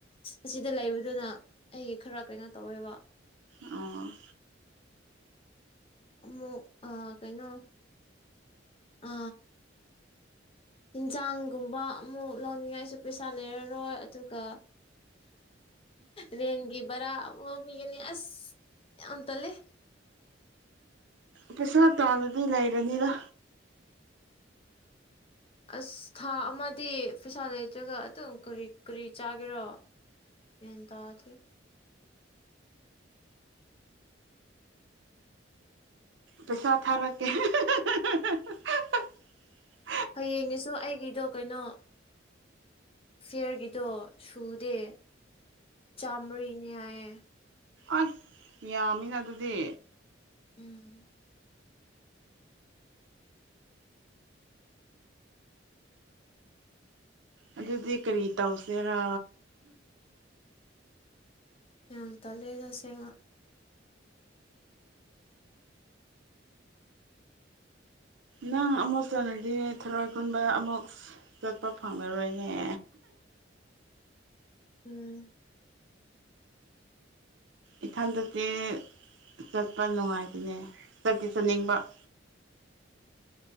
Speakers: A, on the left; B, on the right.
A: ꯑꯁꯤꯗ ꯂꯩꯕꯗꯨꯅ ꯑꯩꯒꯤ ꯈꯔ ꯀꯩꯅꯣ ꯇꯧꯋꯦꯕ
B: ꯑꯣ
A: ꯑꯃꯨꯛ ꯑ ꯀꯩꯅꯣ ꯑ ꯏꯤꯟꯖꯥꯡꯒꯨꯝꯕ ꯑꯃꯨꯛ ꯂꯧꯅꯤꯡꯉꯥꯏꯁꯨ ꯄꯩꯁꯥ ꯂꯩꯔꯔꯣꯏ ꯑꯗꯨꯒ ꯔꯦꯟꯒꯤ ꯕꯔꯥ ꯑꯃ ꯄꯤꯒꯅꯤ ꯑꯁ ꯌꯥꯝ ꯇꯜꯂꯦ
B: ꯄꯩꯁꯥ ꯇꯥꯜꯂꯗꯤ ꯂꯩꯔꯅꯤꯗ
A: ꯑꯁ ꯊꯥ ꯑꯃꯗꯤ ꯄꯩꯁꯥ ꯂꯩꯇ꯭ꯔꯒ ꯑꯗꯨꯝ ꯀꯔꯤ ꯀꯔꯤ ꯆꯥꯒꯦꯔꯣ ꯒꯤꯌꯥꯟ ꯇꯗꯦ
B: ꯄꯩꯁꯥ ꯊꯥꯔꯛꯀꯦ <unintelligible>
A: ꯍꯌꯦꯡꯒꯤꯁꯨ ꯑꯩꯒꯤꯗꯣ ꯀꯩꯅꯣ ꯐꯤꯌꯔꯒꯤꯗꯣ ꯁꯨꯗꯦ ꯆꯃꯔꯤꯅꯦ ꯍꯥꯏꯌꯦ
B: ꯑꯁ ꯌꯥꯝꯃꯤꯅ ꯑꯗꯨꯗꯤ
A: ꯎꯝ
B: ꯑꯗꯨꯗꯤ ꯀꯔꯤ ꯇꯧꯁꯤꯔ
A: ꯌꯥꯝ ꯇꯜꯂꯦꯗ ꯑꯁꯦꯡꯕ
B: ꯅꯪ ꯑꯃꯨꯛ ꯆꯠꯂꯗꯤ ꯊꯔꯣꯏ ꯈꯨꯨꯟꯕ ꯑꯃꯨꯛ ꯆꯠꯄ ꯐꯪꯂꯉꯔꯣꯏꯅꯦ
A: ꯎꯝ
B: ꯏꯊꯟꯇꯗꯤ ꯆꯠꯄ ꯅꯨꯡꯉꯥꯏꯇꯅꯦ ꯆꯠꯇꯤ ꯆꯠꯅꯤꯡꯕ <inaudible>